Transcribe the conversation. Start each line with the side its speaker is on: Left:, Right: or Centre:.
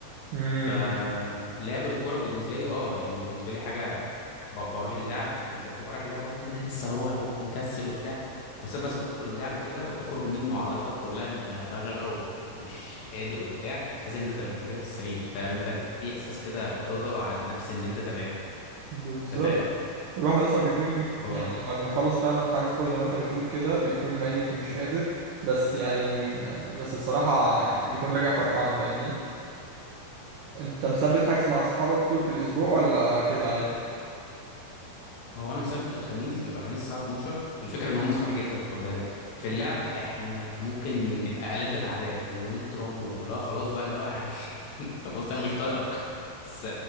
Right: امم
Left: فلعب الكرة بالنسبة لي اه يعني هو بالنسبة لي حاجة ب- بروح اللعب انت بتبقى رايح اللعب اصلا انا لسه هروح ومكسل وبتاع بس بس ما تدخل اللعب كده وتخرج منه عضلاتك كلها متدغدغة و- ومش قادر وبتاع تحس ان انت تمام انت كده في السليم فانت ال- في احساس كده رضا عن النفس ان انت تمام
Right: بالظبط
Left: انت فاهم؟
Right: الواحد اصلا بيكون
Left: اه
Right: يعني بعد ما يخلص فعلا حجز كوره زي ما انت بتقول كده بيكون ميت ومش قادر بس يعني من يعني بس الصراحه يعني بيكون راجع فرحان فاهمني انت مثبت حجز مع اصحابك طول في الاسبوع ولا كده
Left: هو انا مثبت الخميس بيبقى خميس الساعه 12 الفكره ان هم اصحابي جدا خد بالك في اللعب
Right: عادي
Left: احنا ممكن نبقى ألد الاعداء ونضرب ولا خلاص بقى اللي هو يعني <laughs> خلاص انا مش طايقك بس